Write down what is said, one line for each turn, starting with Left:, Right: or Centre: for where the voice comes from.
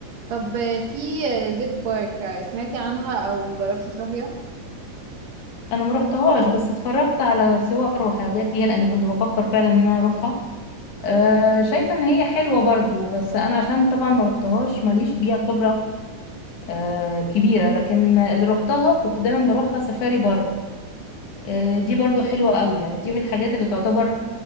Right: طب آه، في آه، زيت بارك آه، سمعتي عنها او جربتي تروحيها
Left: أنا ما رحتهاش بس اتفرجت على صور وحاجات ليها لأن كنت بفكر فعلا إن أنا أروحها آه شايفة إن هي حلوة برضو بس أنا عشان طبعا ما رحتهاش ماليش بيها خبرة آه كبيرة لكن اللي رحتها كنت دايما بروحها سفاري بارك آه، دي برضو حلوة قوي يعني دي من الحاجات اللي تعتبر